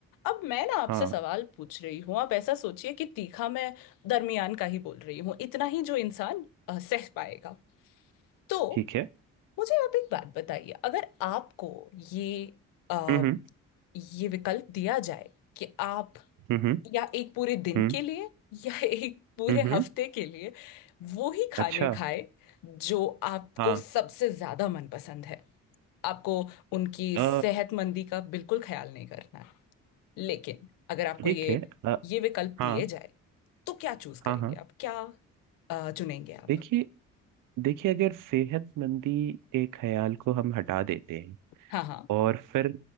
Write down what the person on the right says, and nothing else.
हाँ
ठीक है
हम्म
हम्म
हम्म
हम्म हम्म
अच्छा
हाँ
अ,
ठीक
है अ,
हाँ
हाँ
हाँ
देखिए देखिए अगर सेहतमंदी के ख्याल को हम हटा देते हैं
और फिर